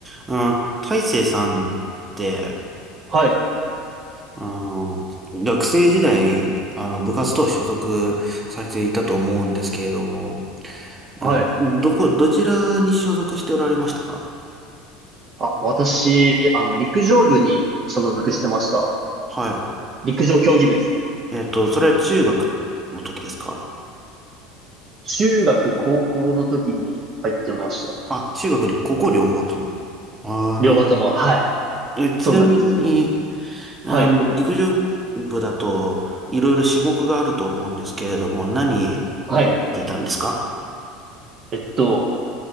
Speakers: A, on the right (about 20°); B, on the right (about 45°).
A: あ、大成さんって、
B: はい、
A: あの、学生時代、あの、部活と所属されていたと思うんですけれども、あの、
B: はい。
A: どこ、どちらに所属しておられましたか
B: あ、私、あの、陸上部に所属してました。
A: はい。
B: 陸上競技部ですね。
A: えっと、それは中学の時ですか
B: 中学、高校の時に入ってました。
A: あ、中学り、高校両方とも。は
B: 両方とも、はい。
A: いえ、ちなみに、
B: そうなんです。
A: あの、
B: はい、
A: 陸上部だと、いろいろ種目があると思うんですけれども、何をやっていたんですか
B: はい。えっと、